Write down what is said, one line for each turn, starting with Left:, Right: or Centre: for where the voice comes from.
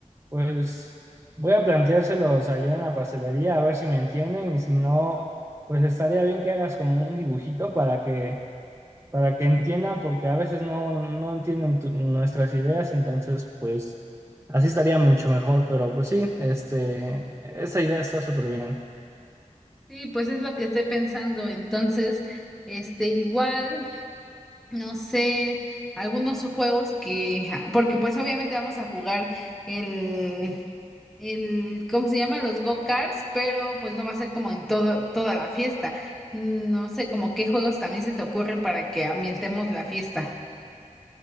Right: Pues voy a planteárselos allá en la pastelería a ver si me entienden y si no, pues estaría bien que hagas como un dibujito para que para que entiendan porque a veces no no entienden tu- nuestras ideas, entonces pues así estaría mucho mejor, pero pues sí, este esa idea está súper bien.
Centre: Sí, pues es lo que estoy pensando. Entonces, este, igual, no sé, algunos juegos que, ah, porque pues obviamente vamos a jugar el el, ¿cómo se llama? Los go-karts, pero pues no va a ser como en todo, toda la fiesta. No sé, como qué juegos también se te ocurren para que ambientemos la fiesta.